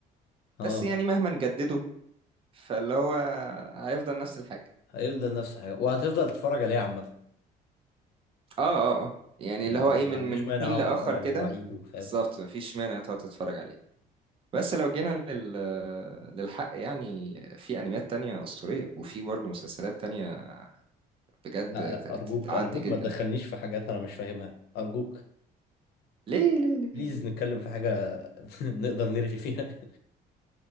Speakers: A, on the left; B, on the right.
A: اه
B: بس يعني مهما نجدده فاللي هو هيفضل نفس الحاجة
A: هيفضل نفس الحاجه وهتفضل تتفرج عليه عامه
B: اه اه اه يعني اللي
A: يعني
B: هو ايه
A: ما
B: من
A: عنديش
B: من
A: مانع
B: حين
A: اقعد
B: لآخر
A: اتفرج عليه
B: كده
A: واعيده فاهم
B: بالظبط مفيش مانع تقعد تتفرج عليه بس لو جينا لل... للحق يعني في انميات تانية أسطورية وفي برضه مسلسلات تانية بجد
A: لا لا ارجوك
B: ت- تعدي
A: ارجوك
B: جدا
A: ما تدخلنيش في حاجات انا مش فاهمها ارجوك
B: ليه ليه ليه
A: بليز نتكلم في حاجه <laughs> نقدر نرغي فيها